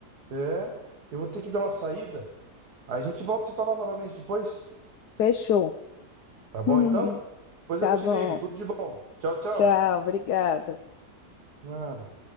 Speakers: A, on the right; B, on the left.
A: É, eu vou ter que dar uma saída. Aí a gente volta a se falar novamente depois.
B: Fechou.
A: Tá bom,
B: <laughs>
A: então? Depois
B: Tá
A: eu te
B: bom.
A: ligo. Tudo de bom. Tchau, tchau.
B: Tchau, obrigada.
A: Nada.